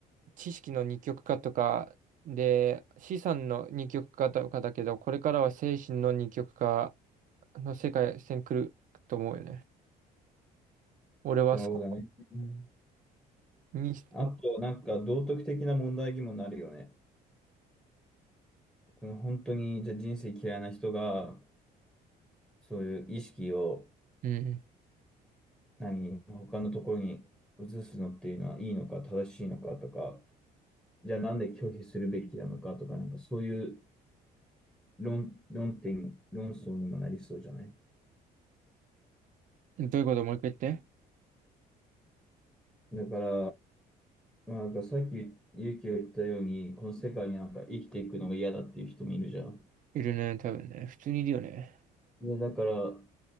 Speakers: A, on the right; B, in the centre.
A: 知識の二極化とか、で、資産の二極化とかだけど、これからは精神の二極化の世界線来ると思うよね。俺はそこ
B: そうだね。うん
A: に、
B: あと、
A: ま
B: なんか道徳的な問題にもなるよね。この本当に、じゃあ人生嫌いな人が、そういう意識を、
A: うん。
B: 何、他のところに移すのっていうのはいいのか、正しいのかとか、じゃあなんで拒否するべきなのかとか、なんかそういう論、論点、論争にもなりそうじゃない
A: どういうこともう一回言って。
B: だから、まあ、なんかさっき、勇気が言ったように、この世界になんか生きていくのが嫌だっていう人もいるじゃん。
A: いるね、多分ね。普通にいるよね。
B: で、だから、